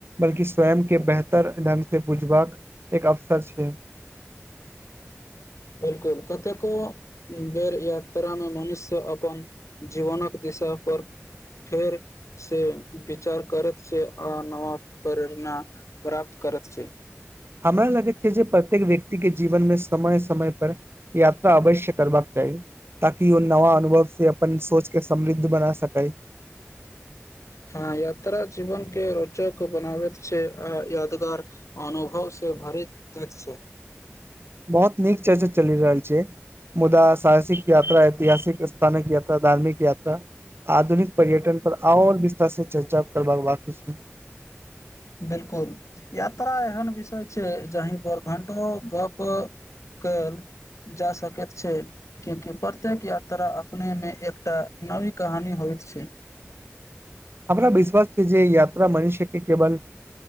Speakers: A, on the right; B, on the left.
A: बल्कि स्वयं के बेहतर ढंग से बुझबाक एक अवसर छै
B: बिल्कुल कतेको बेर यात्रा में मनुष्य अपन जीवनक दिशा पर फेर से विचार करैत छै आ नवा प्रेरणा प्राप्त करैत छै
A: हमरा लगैत छै जे प्रत्येक व्यक्ति के जीवन मे समय समय पर यात्रा अवश्य करबाक चाही ताकि ओ नवा अनुभव से अपन सोच के समृद्ध बना सकै
B: हँ यात्रा जीवन के रोचक बनाबैत छै आ यादगार अनुभव से भरैत छै
A: बहुत नीक चर्चा चलि रहल छै मुदा साहसिक यात्रा ऐतिहासिक तानक धार्मिक यात्रा आधुनिक पर्यटन पर आओर विस्तार से चर्चा कर करबाक बाकी छै।
B: बिलकुल, यात्रा एहन विषय छै जाहि पर घंटो गप कयल जा सकैत छै कियाकि प्रत्येक यात्रा अपने मे एकटा नवी कहानी होइत छै।
A: हमरा विश्वास छै जे यात्रा मनुष्य के केवल